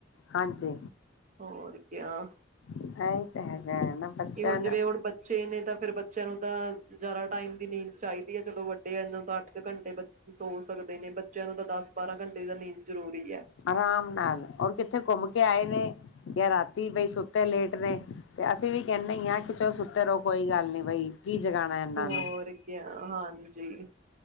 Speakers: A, on the left; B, on the right.
A: ਹਾਂਜੀ
B: ਹੋਰ ਕਿਆ
A: ਇਹ ਤਾਂ ਹੈਗਾ ਨਾ ਬੱਚਿਆਂ
B: ਹੁਣ
A: ਨੂੰ
B: ਜਿਵੇਂ ਹੁਣ ਬੱਚੇ ਨੇ ਤਾਂ ਫੇਰ ਬੱਚਿਆਂ ਨੂੰ ਤਾਂ ਜ਼ਿਆਦਾ ਟਾਈਮ ਦੀ ਨੀਂਦ ਚਾਹੀਦੀ ਹੈ, ਚਲੋ ਵੱਡੇ ਆ ਇਹਨਾਂ ਤਾਂ ਅੱਠ ਕੁ ਘੰਟੇ ਸੋ ਸਕਦੇ ਨੇ ਬੱਚਿਆਂ ਨੂੰ ਤਾਂ ਦਸ ਬਾਰਾਂ ਘੰਟੇ ਦਾ ਨੀਂਦ ਜ਼ਰੂਰੀ ਹੈ
A: ਆਰਾਮ ਨਾਲ ਔਰ ਕਿੱਥੇ ਘੁੰਮ ਕੇ ਆਏ ਨੇ ਜਾਂ ਰਾਤੀ ਬਈ ਸੁੱਤੇ ਲੇਟ ਨੇ ਤੇ ਅਸੀਂ ਵੀ ਕਹਿੰਦੇ ਹੀ ਹਾਂ ਕਿ ਚਲੋ ਸੁੱਤੇ ਰਹੋ ਕੋਈ ਗੱਲ ਨੀ ਬਈ ਕੀ ਜਗਾਉਣਾ ਇਹਨਾਂ
B: ਹੋਰ
A: ਨੂੰ
B: ਕੀਆ ਹਾਂ ਜੀ